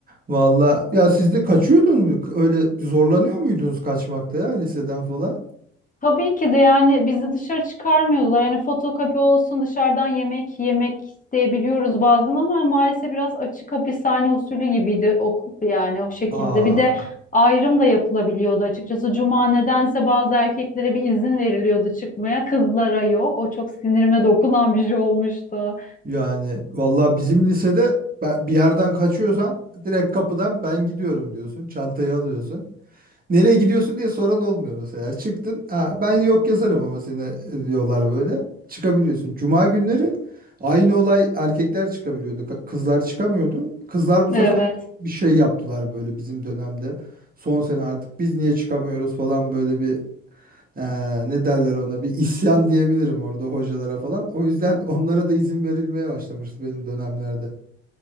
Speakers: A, on the right; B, on the left.
A: valla ya siz de kaçıyordun mu? Öyle zorlanıyor muydunuz kaçmakta ya liseden falan?
B: Tabii ki de yani bizi dışarı çıkarmıyordular. Yani fotokopi olsun dışarıdan yemek yemek isteyebiliyoruz bazen ama maalesef biraz açık hapishane usulü gibiydi okul yani o şekilde.
A: Aa
B: Bir de ayrım da yapılabiliyordu açıkçası. Cuma nedense bazı erkeklere bir izin veriliyordu çıkmaya. Kızlara yok. O çok sinirime dokunan bir şey olmuştu.
A: yani valla bizim lisede ben- bir yerden kaçıyorsan direkt kapıdan ben gidiyorum diyorsun. Çantayı alıyorsun. Nereye gidiyorsun diye soran olmuyor mesela. Çıktın. Ha, ben yok yazarım ama seni diyorlar böyle. Çıkabiliyorsun. Cuma günleri aynı olay erkekler çıkabiliyordu. ka- Kızlar çıkamıyordu. Kızlar bu
B: Evet.
A: sefer bir şey yaptılar böyle bizim dönemde. Son sene artık biz niye çıkamıyoruz falan böyle bir eee, ne derler ona bir isyan diyebilirim orada hocalara falan. O yüzden <laughs> onlara da izin verilmeye başlamıştı benim dönemlerde.